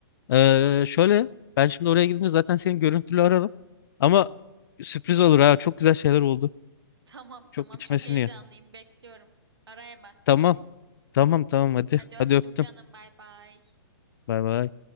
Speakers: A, on the left (about 60°); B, on the right (about 85°).
A: Ee, şöyle ben şimdi oraya gidince zaten seni görüntülü ararım. Ama sürpriz olur ha çok güzel şeyler oldu.
B: Tamam tamam
A: Çok içmesini
B: çok heyecanlıyım
A: ya.
B: bekliyorum. Ara hemen.
A: Tamam tamam tamam hadi
B: Hadi öptüm
A: hadi öptüm.
B: canım bay bay.
A: Bay bay.